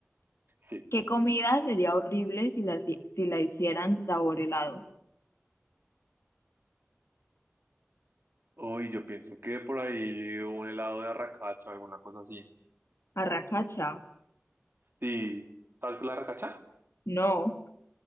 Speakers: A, on the right; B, on the left.
A: Sí.
B: ¿qué comida sería horrible si la, si si la hicieran sabor helado?
A: Uy, yo pienso que por ahí un helado de arracacha o alguna cosa así.
B: ¿Arracacha?
A: Sí, ¿sabes qué es la arracacha?
B: No.